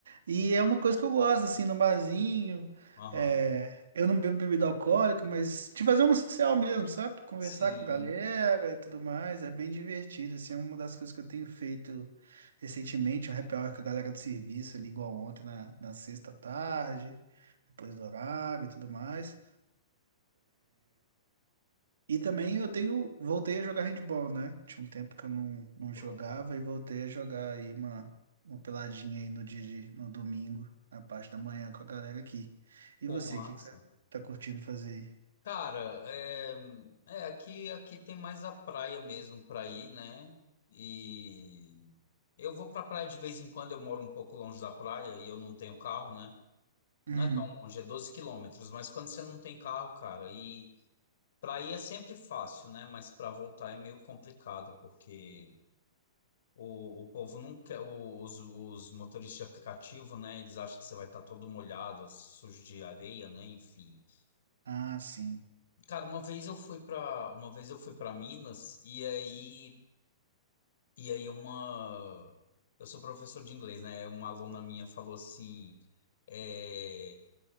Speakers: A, on the right; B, on the left.
A: E é uma coisa que eu gosto, assim, no barzinho.
B: aham.
A: é, eu não bebo bebida alcoólica, mas de fazer uma social mesmo, sabe? Conversar
B: Sim.
A: com a galera e tudo mais, é bem divertido, assim, é uma das coisas que eu tenho feito recentemente, um happy hour com a galera do serviço, ali igual ontem, na, na sexta à tarde, depois do horário e tudo mais. E também eu tenho, voltei a jogar handball, né? Tinha um tempo que eu não, não
B: Pô,
A: jogava
B: eu amo.
A: e voltei a jogar aí uma, uma peladinha aí no dia de, no domingo, na parte da manhã com a galera aqui. E
B: Pô,
A: você,
B: massa.
A: o que que você tá curtindo fazer aí?
B: Cara, é, é, aqui aqui tem mais a praia mesmo para ir, né? E eu vou para praia de vez em quando, eu moro um pouco longe da praia e eu não tenho carro, né?
A: Hum,
B: Não é tão longe, é 12 quilômetros, mas quando você não tem carro, cara, e para ir é sempre fácil, né? Mas para voltar é meio complicado, porque o, o povo não quer, o- os, os motoristas de aplicativo, né? Eles acham que você vai estar todo molhado, sujo de areia, né? Enfim.
A: ah, sim.
B: Cara, uma vez eu fui pra uma vez eu fui para Minas e aí e aí uma eu sou professor de inglês, né? Uma aluna minha falou assim, é,